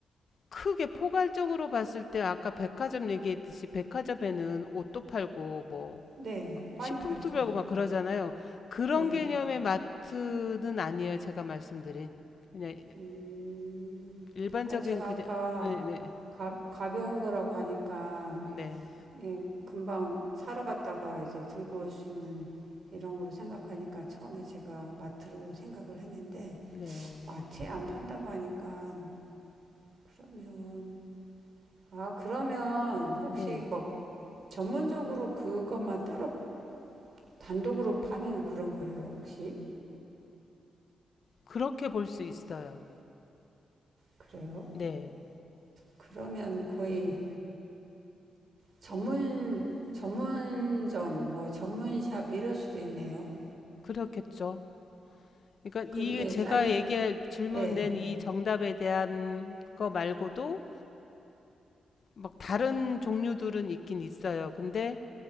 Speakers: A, on the left (about 60°); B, on the right (about 60°).
A: 크게 포괄적으로 봤을 때 아까 백화점 얘기했듯이 백화점에는 옷도 팔고 뭐
B: 네. 많이
A: 식품도
B: 팔죠.
A: 팔고 막 그러잖아요. 그런
B: 네.
A: 개념의 마트는 아니에요. 제가 말씀드린. 그냥
B: 음,
A: 일반적인
B: 아니, 제가
A: 그냥
B: 아까
A: 네, 네.
B: 가, 가벼운 거라고 하니까,
A: 네.
B: 예, 금방 사러 갔다가 이제 들고 올 수 있는 이런 거로 생각하니까 처음에 제가 마트로 생각을 했는데,
A: 네.
B: 마트에 안 판다고 하니까, 그러면, 아, 그러면 혹시
A: 네.
B: 뭐 전문적으로 그것만 따로 단독으로 파는 그런 거예요, 혹시?
A: 그렇게 볼 수 있어요.
B: 그래요?
A: 네.
B: 그러면 거의 전문, 전문점, 뭐 전문샵 이럴 수도 있네요.
A: 그렇겠죠. 그러니까
B: 근데
A: 이 제가
B: 사이,
A: 얘기할 질문
B: 예.
A: 낸 이 정답에 대한 거 말고도 막 다른 종류들은 있긴 있어요. 근데